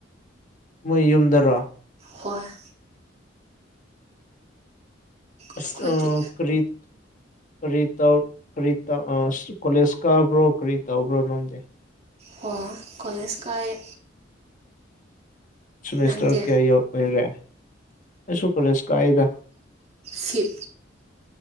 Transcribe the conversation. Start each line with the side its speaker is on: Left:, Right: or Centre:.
Left: ꯃꯣꯏ ꯌꯨꯝꯗꯔꯣ
Right: ꯍꯣꯏ
Left: ꯑꯁ
Right: ꯑꯩꯈꯣꯏꯗꯤ
Left: ꯑ ꯀꯔꯤ ꯀꯔꯤ ꯇꯧ ꯀꯔꯤ ꯇꯧ ꯑꯥ ꯀꯣꯂꯦꯖ ꯀꯥꯕ꯭ꯔꯣ ꯀꯔꯤ ꯇꯧꯕ꯭ꯔꯣ ꯅꯪꯗꯤ
Right: ꯍꯣ ꯀꯂꯦꯖ ꯀꯥꯌꯦ
Left: ꯁꯦꯃꯤꯁꯇꯔ
Right: ꯅꯪꯗꯤ
Left: ꯀꯌꯥ ꯌꯧ ꯑꯣꯏꯔꯦ ꯑꯩꯁꯨ ꯀꯣꯂꯦꯖ ꯀꯥꯏꯌꯦꯗ
Right: ꯐꯤꯞ